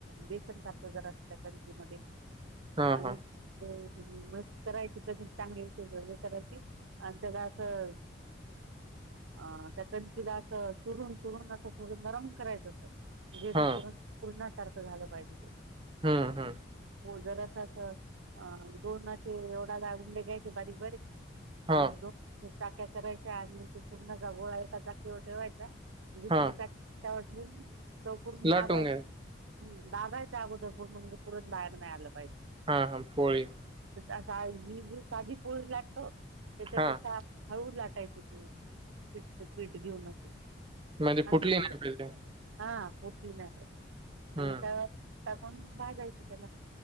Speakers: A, on the right; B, on the right.
A: बेसन टाकतं जरा असं त्या कणकी मधे
B: हा
A: आणि
B: हा
A: अ मिक्स करायची <unintelligible> चांगली अशी हे करायची आणि त्याला असं अ त्या कणकिला असं चुरून चुरून असं थोडं नरम करायचं असतं जेणेकरून
B: हा
A: पुरण्यासारखं झालं पाहिजे ते.
B: हम्म हम्म
A: अ हो जरं असं अ दोन असे <unintelligible> घ्यायचे बारीक-बारीक. आणि
B: हा
A: दोन चाक्या करायच्या आणि ते पूर्ण जा गोळा एका चाकीवर ठेवायचा दुसरी
B: हा
A: चाकी <unintelligible>
B: लाटून
A: दाबाय हम्म
B: घ्या
A: दाबायचा अगोदर पूर्ण म्हणजे पुरण बाहेर नाही आलं पाहिजे.
B: हा हा पोळी
A: असा आ <unintelligible> पो लागतो त्याच्यापेक्षा
B: हा
A: हळू लाटायच तू पीठ पीठ घेऊन असे.
B: म्हणजे
A: आणि
B: फुटली
A: भाजायची
B: नाही पाहिजे.
A: हा फुटली नाही पाहिजे
B: हम्म
A: आणि त्या त्या आपण भाजायची त्याला.